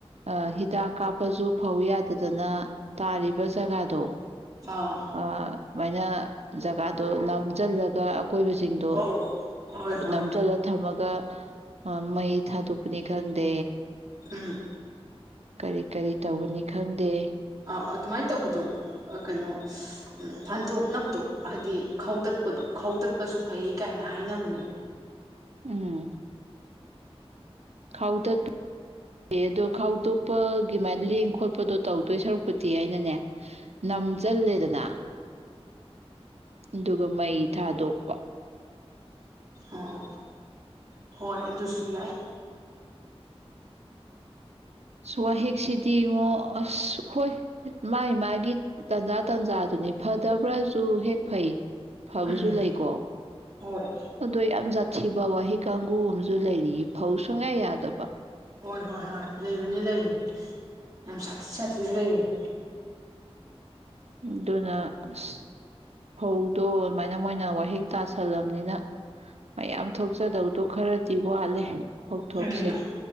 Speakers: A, on the right (about 85°); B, on the right (about 35°).
A: ꯑ ꯍꯤꯗꯥ ꯀꯥꯞ ꯄꯖ ꯐꯧ ꯌꯥꯗꯗꯅ ꯇꯥꯔꯤꯕ ꯖꯒꯥꯗꯣ
B: ꯑꯥ
A: ꯑ ꯃꯅ ꯖꯒꯥꯗꯣ ꯅꯝꯁꯤꯜꯂꯒ ꯀ ꯑꯀꯣꯏꯕꯁꯤꯡꯗꯣ
B: ꯑꯧ ꯍꯣꯏ ꯍꯣꯏ
A: ꯅꯝꯁꯤꯜꯂ ꯊꯝꯃꯒ ꯃꯩ ꯊꯥꯗꯣꯛꯄꯅꯤ ꯈꯪꯗꯦ
B: ꯎꯝ
A: ꯀꯔꯤ ꯀꯔꯤ ꯇꯧꯕꯅꯤ ꯈꯪꯗꯦ
B: ꯑꯥ ꯑꯗꯨꯃꯥꯏꯅ ꯇꯧꯕꯗꯣ ꯀꯩꯅꯣ ꯐꯟꯗꯣꯛꯅꯕꯗꯣ ꯍꯥꯏꯗꯤ ꯈꯧꯗꯠꯄꯗꯣ ꯈꯧꯗꯠꯄꯁꯨ ꯐꯩ ꯀꯥꯏꯅ ꯍꯥꯏꯅꯕꯅꯦ
A: ꯎꯝ ꯈꯥꯎꯗꯠꯄ ꯑꯗꯣ ꯈꯥꯎꯗꯣꯛꯄꯒꯤꯃꯥꯏ ꯂꯦꯡ ꯈꯣꯠꯄꯗꯣ ꯇꯧꯗꯣꯏ ꯁꯔꯨꯛꯄꯨꯗꯤ ꯍꯥꯏꯅꯅꯦ ꯅꯝꯁꯤꯜꯂꯦꯗꯅ ꯑꯗꯨꯒ ꯃꯩ ꯊꯥꯗꯣꯛꯄ
B: ꯑꯣ ꯍꯣꯏ ꯑꯗꯨꯁꯨ ꯌꯥꯏ
A: ꯑꯁ ꯋꯥꯍꯦꯛꯁꯤꯗꯤ ꯏꯉꯣ ꯑꯁ ꯍꯣꯏ ꯃꯥꯥꯏ ꯃꯥꯒꯤ ꯇꯟꯖꯥ ꯇꯟꯖꯥꯗꯨꯅꯤ ꯐꯗꯕ꯭ꯔꯥꯁꯨ ꯍꯦꯛ ꯐꯩ ꯐꯕꯁꯨ
B: ꯎꯝ
A: ꯂꯩꯀꯣ
B: ꯍꯣꯏ
A: ꯑꯗꯣ ꯌꯥꯝꯠ ꯊꯤꯕ ꯋꯥꯍꯩ ꯀꯥꯡꯒꯨ ꯑꯃꯁꯨ ꯂꯩꯔꯤ ꯐꯧ ꯁꯨꯡꯌꯥ ꯌꯥꯗꯕ
B: ꯍꯣꯏ ꯍꯣꯏ ꯍꯣꯏ ꯂꯩꯕꯅꯤ ꯂꯩꯕꯅꯤ ꯌꯥꯝ ꯁꯥꯊꯤ ꯁꯥꯊꯤꯁꯨ ꯂꯩꯕꯅꯤ
A: ꯑꯗꯨꯅ ꯑꯁ ꯐꯧꯗꯣ ꯑꯗꯨꯃꯥꯏꯅ ꯃꯣꯏꯅ ꯋꯥꯍꯤꯛ ꯇꯥꯁꯜꯂꯝꯕꯅꯤꯅ ꯃꯌꯥꯝ ꯊꯣꯛꯆꯗꯧꯗꯣ ꯈꯔꯗꯤ ꯋꯥꯠꯂꯦ ꯐꯧꯊꯣꯛꯁꯦ
B: ꯎꯝ